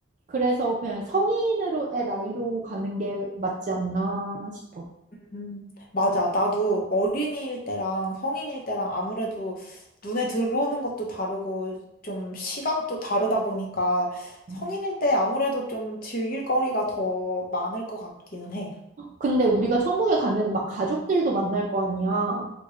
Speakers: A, on the right (about 40°); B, on the left (about 45°).
A: 그래서 그냥 성인으로의 나이로 가는 게 맞지 않나 싶어.
B: 음, 맞아. 나도 어린이일 때랑 성인일 때랑 아무래도 눈에 들어오는 것도 다르고 좀 시각도 다르다 보니까 성인일
A: 응.
B: 때 아무래도 좀 즐길 거리가 더 많을 것 같기는 해.
A: 근데 우리가 천국에 가면은 막 가족들도 만날 거 아니야.